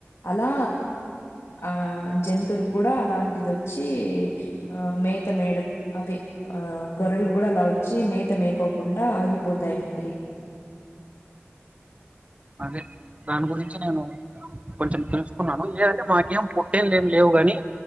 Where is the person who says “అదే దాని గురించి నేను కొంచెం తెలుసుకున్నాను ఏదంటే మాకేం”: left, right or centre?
Right